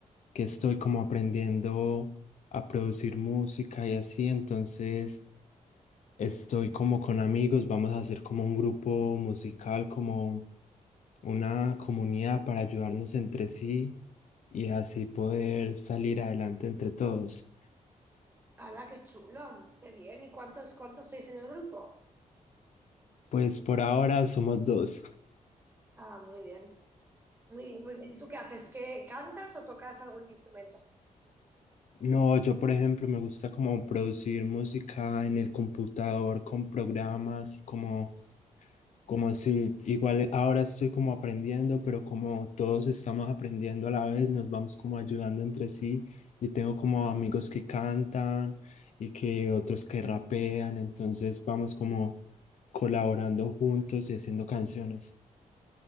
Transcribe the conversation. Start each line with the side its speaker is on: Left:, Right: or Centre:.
Left: que estoy como aprendiendo a producir música y así, entonces estoy como con amigos, vamos a hacer como un grupo musical, como una comunidad para ayudarnos entre sí y así poder salir adelante entre todos.
Right: ¡Hala, qué chulo! ¡Qué bien! ¿Y cuántos, cuántos sois en el grupo?
Left: Pues por ahora somos dos.
Right: Ah, muy bien, muy bien, muy bien. ¿Tú qué haces? ¿Qué cantas o tocas algún instrumento?
Left: No, yo por ejemplo me gusta como producir música en el computador con programas y como Como si igual ahora estoy como aprendiendo, pero como todos estamos aprendiendo a la vez, nos vamos como ayudando entre sí y tengo como amigos que cantan y que otros que rapean, entonces vamos como colaborando juntos y haciendo canciones.